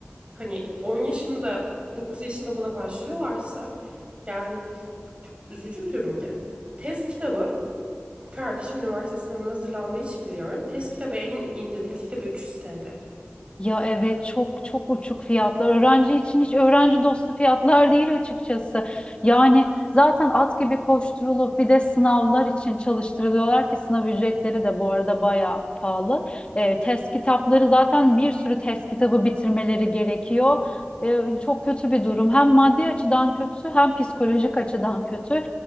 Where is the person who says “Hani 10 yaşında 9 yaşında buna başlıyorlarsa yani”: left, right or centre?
Right